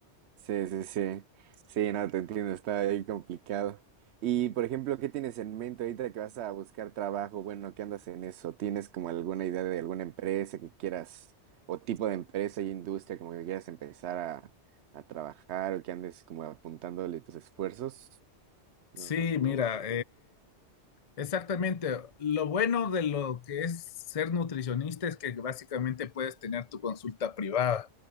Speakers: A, on the right; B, on the left.
A: Sí, sí, sí. Sí, no, te entiendo, está ahí complicado. Y, por ejemplo, ¿qué tienes en mente ahorita que vas a buscar trabajo? Bueno, ¿qué andas en eso? ¿Tienes como alguna idea de alguna empresa que quieras, o tipo de empresa y industria como que quieras empezar a, a trabajar o que andes como apuntándole tus esfuerzos? No,
B: Sí,
A: o-
B: mira,
A: ujú,
B: Exactamente. Lo bueno de lo que es ser nutricionista es que básicamente puedes tener tu consulta privada,